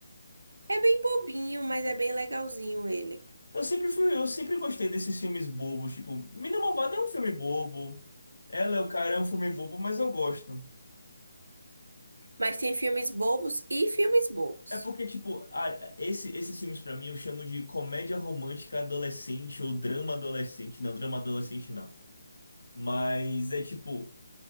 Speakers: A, on the right; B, on the left.
A: É bem bobinho, mas é bem legalzinho ele.
B: Eu sempre fui, eu sempre gostei desses filmes bobos, tipo, Mina Malvada é um filme bobo. Ela é o cara é um filme bobo, mas eu gosto.
A: Mas tem filmes bobos e filmes bobos.
B: É porque, tipo, a- esse, esses filmes pra mim eu chamo de comédia romântica adolescente ou drama adolescente. Não, drama adolescente não. Mas é tipo.